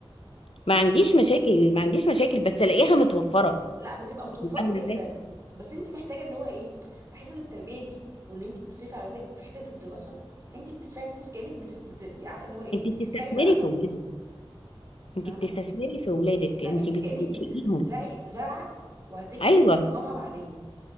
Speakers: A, on the left; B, on the right.
A: ما عنديش مشاكل ما عنديش مشاكل بس الاقيها متوفره
B: لا بتبقى متوفره
A: انت فاهمه
B: جدا
A: ازاي
B: بس انت محتاجه اللي هو ايه بحيث ان التربيه دي وان انت تصرفي على ولادك في حته الدراسه انت بتدفعي فلوس كانك بت... بت... عارفه اللي هو ايه
A: انت
B: بتزرعي
A: بتستثمري
B: زرع
A: في اولادك انت
B: فاهمه
A: بتستثمري في اولادك انت
B: آه، انت
A: بتنشئيهم
B: كانك بت... بتزرعي زرعه وهتجني
A: ايوه
B: ثمارها بعدين